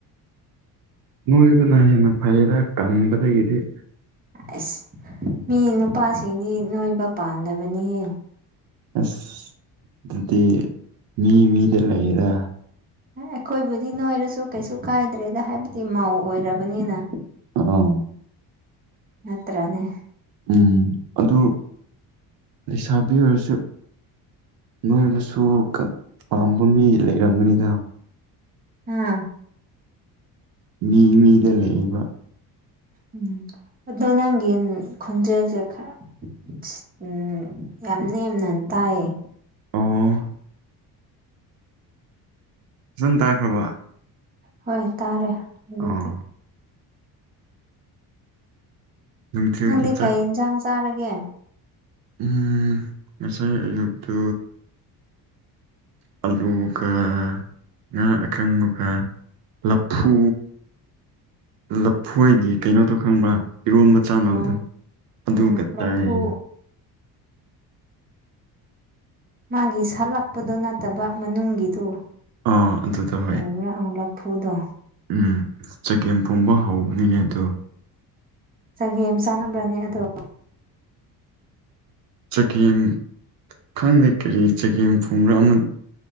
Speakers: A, on the right; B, on the right.
A: ꯅꯣꯏꯕꯅ ꯍꯦꯟꯅ ꯐꯩꯗ ꯀꯪꯕꯗꯒꯤꯗꯤ
B: ꯑꯁ ꯃꯤ ꯅꯨꯄꯥꯁꯤꯡꯗꯤ ꯅꯣꯏꯕ ꯄꯥꯝꯗꯕꯅꯤꯍꯦ
A: ꯑꯁ ꯑꯗꯨꯗꯤ ꯃꯤ ꯃꯤꯗ ꯂꯩꯔꯦ
B: ꯑ ꯑꯈꯣꯏꯕꯨꯗꯤ ꯅꯣꯏꯔꯁꯨ ꯀꯩꯁꯨ ꯀꯥꯏꯗ꯭ꯔꯦꯗ ꯍꯥꯏꯕꯗꯤ ꯃꯧ ꯑꯣꯏꯔꯕꯅꯤꯅ
A: ꯑꯧ
B: ꯅꯠꯇ꯭ꯔꯅꯦ
A: ꯎꯝ ꯑꯗꯨ ꯂꯩꯁꯥꯕꯤ ꯑꯣꯏꯔꯁꯨ ꯅꯣꯏꯕꯁꯨ ꯀꯛ ꯄꯥꯝꯕ ꯃꯤ ꯂꯩꯔꯝꯒꯅꯤꯗ
B: ꯍꯥ
A: ꯃꯤ ꯃꯤꯗ ꯂꯩꯑꯦꯕ
B: ꯎꯝ ꯑꯗꯣ ꯅꯪꯒꯤ ꯈꯣꯟꯖꯦꯜꯁꯦ ꯈꯔ ꯁꯤꯠ ꯎꯝ ꯌꯥꯝ ꯅꯦꯝꯅ ꯇꯥꯏꯌꯦ
A: ꯑꯣ ꯐꯖꯟ ꯇꯥꯈ꯭ꯔꯕ
B: ꯍꯣꯏ ꯇꯥꯔꯦ ꯍꯧꯖꯤꯛꯇꯤ
A: ꯑꯣ ꯅꯨꯡꯊꯤꯜꯒꯤ
B: ꯅꯪꯗꯤ
A: ꯆꯥꯛ
B: ꯀꯩ ꯏꯟꯁꯥꯡ ꯆꯥꯔꯒꯦ
A: ꯎꯝ ꯉꯁꯥꯏ ꯑꯌꯨꯛꯇꯨ ꯑꯂꯨꯒ ꯉꯥ ꯑꯀꯪꯕꯒ ꯂꯐꯨ ꯂꯐꯣꯏꯗꯤ ꯀꯩꯅꯣꯗꯣ ꯈꯪꯕ꯭ꯔꯥ ꯏꯔꯣꯟꯕ ꯆꯥꯟꯅꯕꯗꯣ
B: ꯎꯝ
A: ꯑꯗꯨꯒ
B: ꯎꯝ
A: ꯆꯥꯏꯌꯦ
B: ꯂꯐꯨ ꯃꯥꯒꯤ ꯁꯥꯠꯂꯛꯄꯗ ꯅꯠꯇꯕ ꯃꯅꯨꯡꯒꯤꯗꯨ <unintelligible>
A: ꯑꯥ ꯑꯗꯨꯗ ꯍꯣꯏ
B: ꯑꯧ ꯂꯐꯨꯗꯣ
A: ꯎꯝ ꯆꯒꯦꯝ ꯄꯣꯝꯕ ꯍꯧꯕꯅꯤꯅꯦ ꯑꯗꯣ
B: ꯆꯒꯦꯝ ꯆꯥꯟꯅꯕ꯭ꯔꯅꯦ ꯑꯗꯣ
A: ꯆꯒꯦꯝ ꯈꯪꯗꯦ ꯀꯔꯤ ꯆꯒꯦꯝ ꯐꯣꯡꯕ꯭ꯔ ꯑꯃ